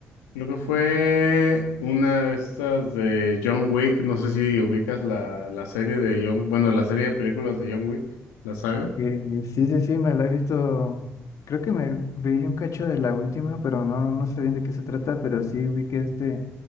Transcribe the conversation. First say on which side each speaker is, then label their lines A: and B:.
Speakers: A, on the left; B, on the left.
A: creo que fue una de estas de John Wick, no sé si ubicas la, la serie de John, bueno, la serie de películas de John Wick, la saga.
B: Eh, sí, sí, sí, me la he visto. Creo que me vi un cacho de la última, pero no, no sé bien de qué se trata, pero sí vi que este